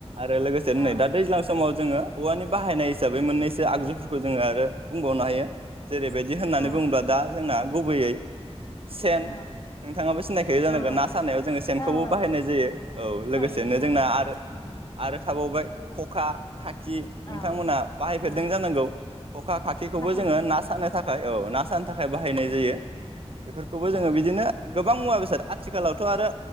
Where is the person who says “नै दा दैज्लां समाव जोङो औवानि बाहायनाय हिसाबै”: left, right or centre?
Right